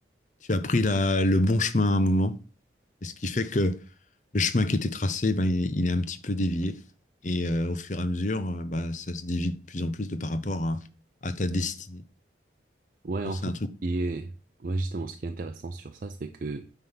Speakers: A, on the left; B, on the right.
A: tu as pris la, le bon chemin à un moment. Et ce qui fait que le chemin qui était tracé, ben, il, il est un petit peu dévié. Et euh, au fur et à mesure, euh, bah, ça se dévie de plus en plus de par rapport à, à ta destinée.
B: Ouais,
A: Je
B: en
A: pense que
B: fait,
A: c'est un truc.
B: il est... ouais, justement, ce qui est intéressant sur ça, c'est que